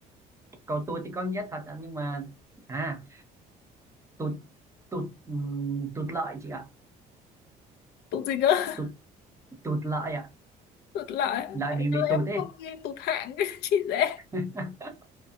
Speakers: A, on the right (about 15°); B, on the left (about 75°).
A: cầu tụt thì có nghĩa thật ạ nhưng mà à tụt tụt ừm, tụt lợi chị ạ
B: tụt gì cơ <laughs>
A: tụt tụt lợi ạ
B: tụt lại
A: lợi
B: tại
A: mình
B: sao
A: bị tụt
B: em
A: ấy
B: không nghe tụt hạng <laughs> chị dễ
A: <laughs>